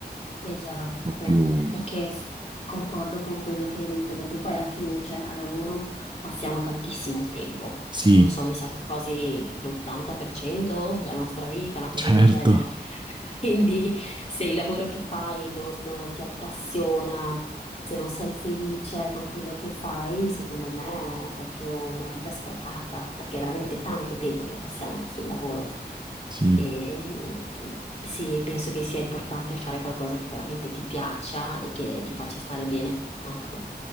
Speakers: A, on the left; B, on the right.
A: Esatto,
B: po' più...
A: perché concordo con quello che hai detto, perché poi alla fine, cioè, a lavoro passiamo tantissimo tempo,
B: Sì,
A: non so, mi sa che quasi l'80% della nostra vita, una cosa
B: certo,
A: del genere, <laughs> Quindi se il lavoro che fai non ti appassiona, se non sei felice con quello che fai, secondo me è proprio una vita sprecata, perché è veramente tanto tempo che passiamo sul lavoro.
B: sì.
A: E, mm, sì, penso che sia importante fare qualcosa che veramente ti piaccia e che ti faccia stare bene. Ecco.